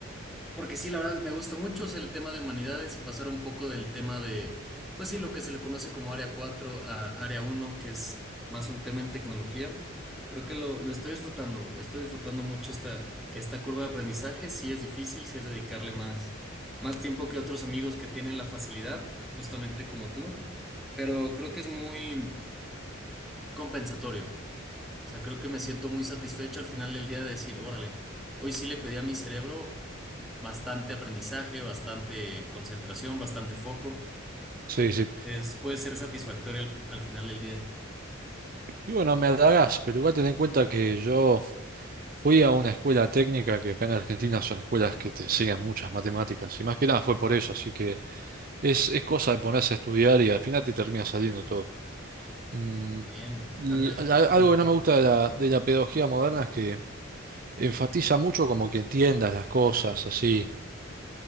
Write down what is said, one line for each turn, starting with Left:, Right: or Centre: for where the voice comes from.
Centre: Porque sí, la verdad me gusta mucho, o sea, el tema de humanidades y pasar un poco del tema de, pues sí, lo que se le conoce como área 4 a área uno que es más un tema en tecnología. Creo que lo, lo estoy disfrutando, estoy disfrutando mucho esta, esta curva de aprendizaje. Sí es difícil, sí es dedicarle más, más tiempo que otros amigos que tienen la facilidad, justamente como tú, pero creo que es muy compensatorio. O sea, creo que me siento muy satisfecho al final del día de decir, órale, hoy sí le pedí a mi cerebro bastante aprendizaje, bastante concentración, bastante foco.
Right: sí, sí.
Centre: Es- puede ser satisfactorio al, al final del día.
Right: Y bueno, me halagás, pero igual ten en cuenta que yo fui a una escuela técnica que acá en Argentina son escuelas que te enseñan muchas matemáticas y más que nada fue por eso, así que es, es cosa de ponerse a estudiar y al final te termina saliendo todo. Mm,
Centre: Muy bien. Ah,
Right: l-
Centre: mira, es
Right: a-
Centre: un buen consejo.
Right: algo que no me gusta de la, de la pedagogía moderna es que enfatiza mucho como que entiendas las cosas, así.